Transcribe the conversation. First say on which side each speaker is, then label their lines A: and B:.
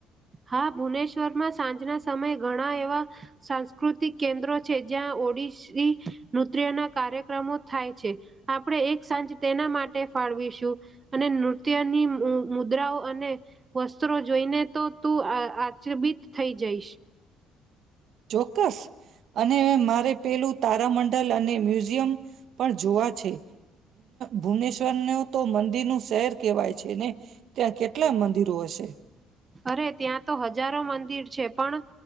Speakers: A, on the right; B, on the right.
A: હા, ભુવનેશ્વરમાં સાંજના સમયે ઘણા એવા સાંસ્કૃતિક કેન્દ્રો છે, જ્યાં ઓડિશી નૃત્યના કાર્યક્રમો થાય છે. આપડે એક સાંજ તેના માટે ફાળવીશું અને નૃત્યની મુદ્રાઓ અને વસ્ત્રો જોઈને તો તું આ આચરબિત થઈ જઈશ.
B: ચોક્કસ અને મારે પેલું તારામંડલ અને મ્યુઝિયમ પણ જોવા છે. ભુવનેશ્વર ન તો મંદિરનું શહેર કેહેવાય છે ને, ત્યાં કેટલા મંદિરો હશે?
A: અરે ત્યાં તો હજારો મંદિર છે, પણ